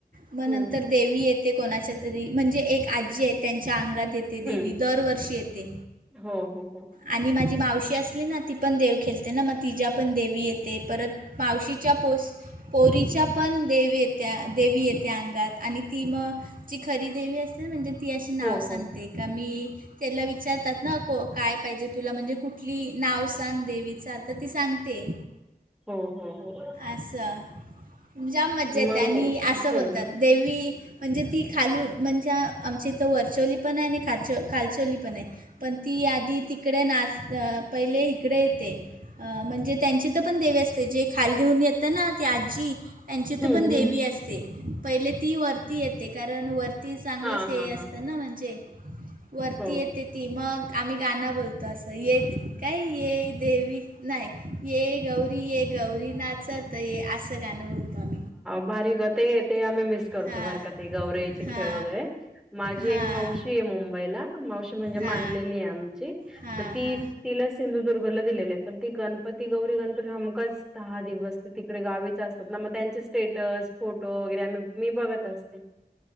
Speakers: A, on the right (about 60°); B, in the centre.
A: मग
B: हम्म
A: नंतर देवी येते कोणाच्या तरी म्हणजे एक आजी आहे त्यांच्या अंगात येते देवी
B: हम्म
A: दरवर्षी येते.
B: हो हो हो.
A: आणि माझी मावशी असली ना ती पण देव खेळते ना मग तिच्या पण देवी येते परत मावशीच्या पोस्ट पोरीच्या पण देवी येत्या देवी येत्या अंगात आणि ती मग ची खरी देवी अस म्हणजे ती अशी नाव
B: हो हो
A: सांगते का मी त्याला विचारतात ना को काय पाहिजे तुला म्हणजे कुठली नाव सांग देवीचा तर ती सांगते.
B: हो हो हो.
A: असं जाम मज्जा येते
B: मग
A: आणि असं
B: ह
A: बोलतात
B: ह
A: देवी म्हणजे ती खालून म्हणजे आमच्या इथं वरचोली पण आहे आणि खाच खालचवली पण आहे. पण ती आधी तिकडे नाच पहिले इकडे येते. अ म्हणजे त्यांचे तर पण देवे असते जे खालीलीिहन <unintelligible> येतं ना ती आजी त्यांची ईथ
B: हम्म
A: पण देवी
B: हम्म
A: असते. पहिले ती वरती येते कारण वरती चांगलंच
B: हा
A: हे
B: हा
A: असतं
B: हा
A: ना म्हणजे वरती
B: हो
A: येते. ती मग आम्ही गाणं बोलतो असं येत काय येई देवी नाही ये गौरी ये गौरी नाचत ये असं गाणं बोलतो
B: भारी गते ते आम्ही मिस <unintelligible> करतो
A: हा
B: बर का ते गौराईचे
A: हा
B: खेळ वगैरे माझी
A: हा
B: एक मावशी
A: हा
B: आहे मुंबईला मावशी म्हणजे मानलेली
A: हा
B: आहे आमची.
A: हा हा
B: तर ती तिला सिंधुदुर्गला दिलेली आहे पण ती गणपती गौरी गणपती हा कस दहा दिवस ते तिकडे गावीच असत मग त्यांचे स्टेटस फोटो वगैरे आ मी बघत असते.